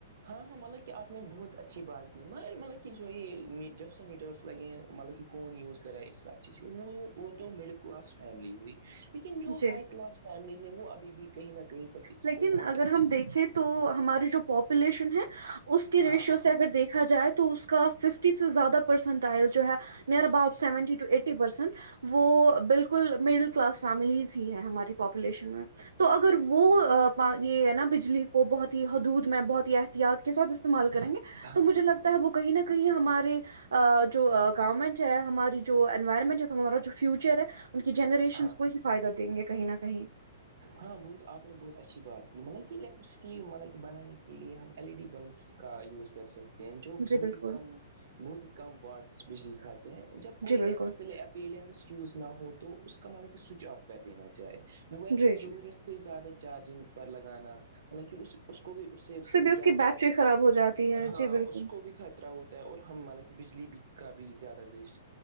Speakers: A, on the right; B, on the right.
A: ہاں ہاں مطلب کہ آپ نے بہت اچھی بات کی مگر مطلب کہ جو یہ جب سے میٹرس لگے ہیں مطلب کہ کون یوز کرا ہے اس کا چیز سے وہ وہ تو مڈل کلاس فیملی ہوئی لیکن جو
B: جی
A: ہائی کلاس فیملی ہے وہ ابھی بھی کہیں نہ کہیں تک اس
B: لیکن
A: کو مطلب
B: اگر
A: کہ اچھی
B: ہم دیکھیں تو ہماری جو پاپولیشن ہے اس کے ریشیو
A: ہاں ہاں
B: سے اگر دیکھا جائے تو تو اس کا ففٹی سے زیادہ پرسینٹ آئل جو ہے near about seventy to eighty percent وہ بالکل مڈل کلاس فیملیز ہی ہے ہماری پاپولیشن میں تو اگر وہ پ یہ ہے نا بجلی کو بہت ہی حدود میں بہت ہی احتیاط کے سھ استعمال کریں گے تو
A: ہاں
B: مجھے
A: ہاں
B: لگتا ہے وہ کہیں نہ کہیں ہمارے جو گاؤ ہے <unintelligible> ہے ہماری جو انوائرمنٹ ہے ہمارا جو فیوچر ہے ان کی جنریشن
A: ہاں
B: کو ہی فائدہ دیں گے کہیں نہ کہیں
A: ہاں بہت آپ نے بہت اچھی بات کی مطلب کہ الیکٹرسٹی مطلب کہ بنانے کے لیے ہم ایل ای ڈی بلبس کا یوز کر سک ہیں جو
B: جی
A: بہت
B: بالکل
A: ہی کم بہت ہی کم وورڈس بجلی کھاتے ہیں جب کوئی
B: جی بالکل
A: الیکٹریکل ای پلینس یوز نہ ہو تو اس کا مطلب کہ سوئچ آف کر دینا جائے موبائل
B: جی
A: کو ضرورت
B: جی
A: سے زیادہ چارجنگ پر لگانا مطلب کہ اس اس کو بھی اس سے
B: بھی اس
A: کیا
B: کی
A: ہوتا
B: بیٹری
A: ہے کہ
B: خراب ہو جاتی ہے
A: ہاں
B: جی بالکل
A: اس کو بھی خطرہ ہوتا اور ہم مطلا کہ بجلی بھی کا بھی زیادہ ویسٹ